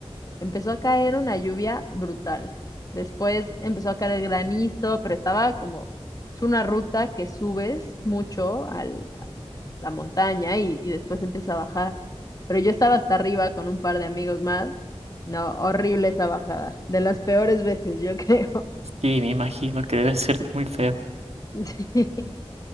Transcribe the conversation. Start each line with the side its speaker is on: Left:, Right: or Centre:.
Left: Empezó a caer una lluvia brutal. Después empezó a caer granizo, pero estaba como, es una ruta que subes mucho al- a la montaña y, y después empieza a bajar. Pero yo estaba hasta arriba con un par de amigos más. No, horrible esa bajada. De las peores veces, yo creo. <laughs>
Right: Sí, me imagino que debe ser muy feo.
Left: Sí.